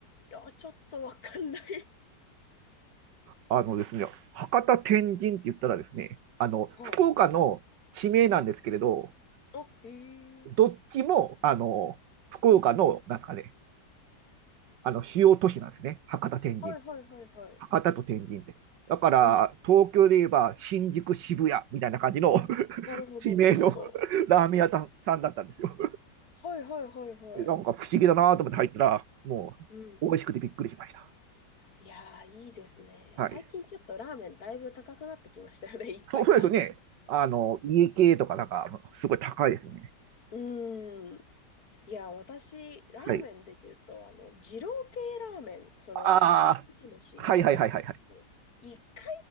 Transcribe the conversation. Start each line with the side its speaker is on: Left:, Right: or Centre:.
Left: や、ちょっとわかんない
Right: あのですね、博多天神って言ったらですね、あの、
Left: <laughs> はい。
Right: 福岡の地名なんですけれど、
Left: あ、へ
Right: どっちも、
Left: え。
Right: あの、福岡の、なんですかね、あの、主要都市なんですね。博多天神っ
Left: はいはいはいはい。
Right: 博多と天神って。だから、
Left: うん。
Right: 東京で言えば新宿渋谷みたいな感じの <laughs>
Left: なるほど、
Right: 地名の
Left: なるほど。
Right: <laughs> ラーメン屋さんだったんですよ。
Left: はいはいはいはい。
Right: なんか不思議だなと思って入ったら、もう美味しくてびっくりしました。
Left: うん。いやー、いいですね。
Right: はい。
Left: 最近ちょっとラーメンだいぶ高くなってきましたよね、<laughs> 一杯が。
Right: そう、そうですよね。あの、家系とかなんか、すごい高いですよね。
Left: うーん。いや、私、ラーメンで言うと、
Right: はい。
Left: あの、二郎系ラーメン、その野菜蒸し飯のやつ、
Right: ああ、はいはいはいはいはい。
Left: 一回食